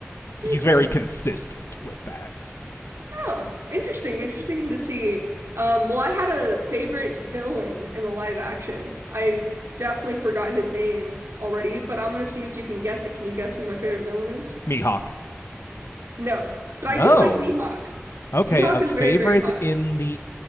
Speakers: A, on the left; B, on the right.
A: He's
B: Okay.
A: very consistent with that.
B: Huh. Interesting, interesting to see. Um, well, I had a favorite villain in the live action. I definitely forgot his name already, but I'm gonna see if you can guess it. Can you guess who my favorite villain is?
A: Mihawk.
B: No, but
A: No.
B: I do like Mihawk.
A: Okay,
B: Mihawk
A: a
B: is
A: favorite
B: very, very hot
A: in the